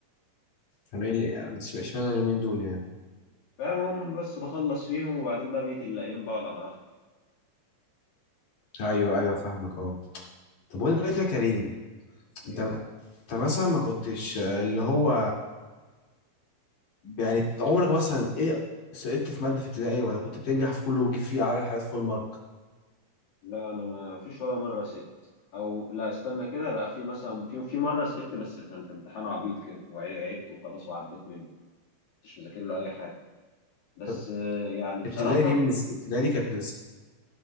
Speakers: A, on the left; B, on the left.
A: كانوا ايه اللي بتش- اشمعنى اليومين دول يعني
B: فاهم هم بس بخلص فيهم وبعدين بقى بقيه الايام بقعد على راحتي
A: ايوه ايوه فاهمك اه طب اقول لك إيه يا كريم
B: إيه،
A: انت انت مثلا ما كنتش آه، اللي هو يعني عمرك مثلا ايه سقطت في ماده في ابتدائي ولا كنت بتنجح في كله وتجيب فيه اعلى حاجات فول مارك
B: لا انا ما فيش ولا مره سقطت او لا استنى كده لا في مثلا في في مره سقطت بس كان في امتحان عبيط كده وعدت وخلاص وعديت منه مش مذاكر له اي حاجه بس
A: طب
B: آه، يعني بصراحه
A: ابتدائي دي بالنسبه ابتدائي دي كانت